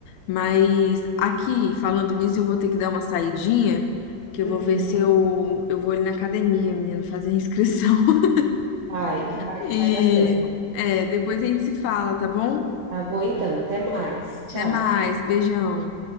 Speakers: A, on the left; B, on the right.
A: Mas aqui, falando nisso, eu vou ter que dar uma saidinha, que eu
B: Uhum.
A: vou ver se eu, eu vou ali na academia, menino, fazer a inscrição. <laughs>
B: Vai, vai,
A: E
B: vai dar certo.
A: é, depois a gente se fala, tá bom?
B: Tá bom, então. Até mais. Tchau.
A: Até mais, beijão.